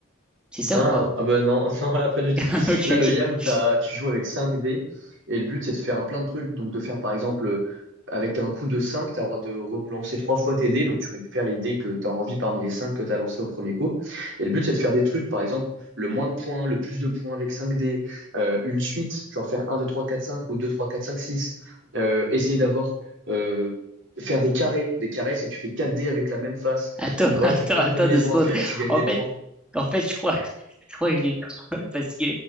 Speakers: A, in the centre; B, on the right.
A: C'est ça
B: Hein
A: ou pas?
B: ah ben non, <laughs> non, là pas du tout.
A: <laughs> Ok,
B: Là,
A: ok.
B: le YAM, t'as, tu joues avec 5 dés et le but c'est de faire un plein de trucs. Donc de faire par exemple, euh, avec un coup de 5 t'as le droit de relancer trois fois tes dés. Donc tu récupères les dés que t'as envie parmi les 5 que t'as lancés au premier coup. Et le but c'est de faire des trucs, par exemple, le moins de points, le plus de points avec 5 dés, euh, une suite, genre faire un 2 3 4 5 ou 2 3 4 5 six Euh, essayer d'avoir, euh, faire des carrés. Des carrés, c'est que tu fais 4 dés avec la même face.
A: Attends, <laughs>
B: Voilà,
A: attends,
B: t'as plein de combinaisons
A: attends deux secondes.
B: à faire et tu gagnes
A: En
B: des
A: fait,
B: points.
A: en fait, je crois, <laughs> je crois que j'ai troll <laughs> parce que